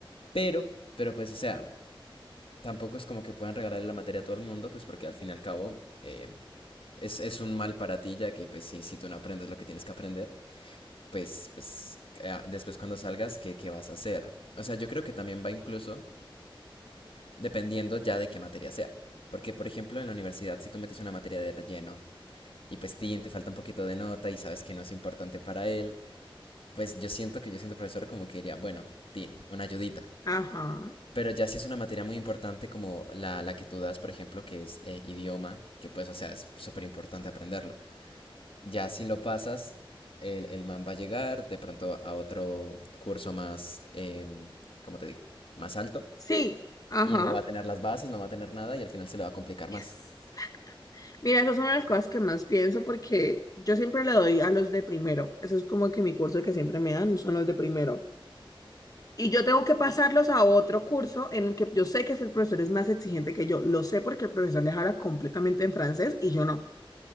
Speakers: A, on the left; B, on the left.
A: Pero, pero pues, o sea, tampoco es como que puedan regalarle la materia a todo el mundo, pues porque al fin y al cabo eh, es, es un mal para ti, ya que pues si, si tú no aprendes lo que tienes que aprender, pues, pues eh, después cuando salgas, ¿qué, qué vas a hacer? O sea, yo creo que también va incluso dependiendo ya de qué materia sea. Porque, por ejemplo, en la universidad, si tú metes una materia de relleno y pues tin, te falta un poquito de nota y sabes que no es importante para él, pues yo siento que yo siendo profesor como que diría, bueno, tin, una ayudita.
B: Ajá.
A: Pero ya si es una materia muy importante como la, la que tú das, por ejemplo, que es eh, idioma, que pues, o sea, es súper importante aprenderlo. Ya si lo pasas, el, el man va a llegar de pronto a otro curso más, em, ¿cómo te digo? Más alto
B: Sí, ajá.
A: y no va a tener las bases, no va a tener nada y al final se le va a complicar
B: Exacto.
A: más.
B: Mira, esas son las cosas que más pienso porque yo siempre le doy a los de primero. Eso es como que mi curso que siempre me dan son los de primero. Y yo tengo que pasarlos a otro curso en el que yo sé que el profesor es más exigente que yo. Lo sé porque el profesor les habla completamente en francés y yo no.